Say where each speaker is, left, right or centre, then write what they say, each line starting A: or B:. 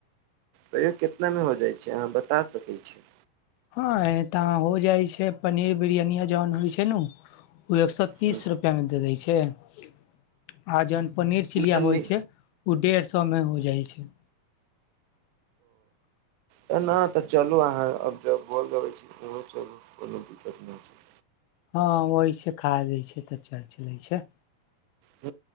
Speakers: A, on the right (about 80°); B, on the left (about 85°).
A: तहियो केितनामे हो जाइत छै अहाँ बता सकैत छी
B: हँ तऽ हो जाइ छै पनीर बिरियानिया जहन होइ छै नु ओ एक सए तीस
A: ओ
B: रुपआ मे दे दै छै आ जहन पनीर चिलिया
A: तऽ
B: होइ
A: नहि
B: छै ओ डेढ़ सए मे हो जाइ छै <unintelligible>
A: तऽ नहि तऽ चलू अहाँ अब जब बोल गबै छी ओ चलू कोनो दिक्कत नहि छै
B: हँ वह छै खा जाइ छै तऽ चर् चलैत छै
A: ह